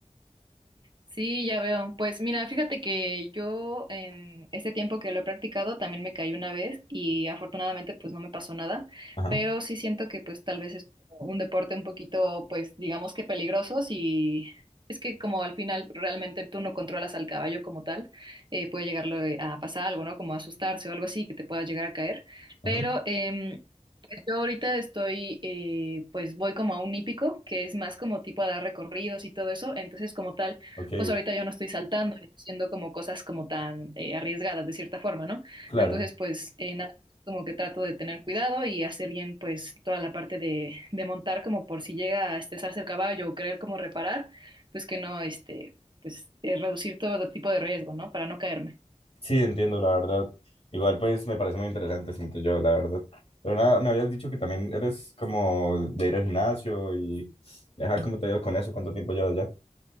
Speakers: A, on the right (about 40°); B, on the left (about 55°).
A: Sí, ya veo. Pues mira, fíjate que yo en este tiempo que lo he practicado también me caí una vez y afortunadamente pues no me pasó nada,
B: Ajá.
A: pero sí siento que pues tal vez es como un deporte un poquito pues digamos que peligroso y es que como al final realmente tú no controlas al caballo como tal, eh, puede llegarlo eh, a pasar algo, ¿no? Como asustarse o algo así que te pueda llegar a caer,
B: ujú,
A: pero... em, pues Yo ahorita estoy, eh, pues voy como a un hípico, que es más como tipo a dar recorridos y todo eso, entonces como tal
B: Ok,
A: pues ahorita yo no estoy saltando, y haciendo como cosas como tan eh, arriesgadas de cierta forma, ¿no?
B: claro.
A: Entonces, pues eh, nada, como que trato de tener cuidado y hacer bien pues toda la parte de, de montar como por si llega a estresarse el caballo o querer como reparar, pues que no, este, pues eh, reducir todo tipo de riesgo, ¿no? Para no caerme.
B: Sí, entiendo, la verdad. Igual, pues me parece muy interesante, siento yo, la verdad. Pero nada, me habías dicho que también eres como de ir al gimnasio y. Ajá, ¿cómo te ha ido con eso? ¿Cuánto tiempo llevas ya?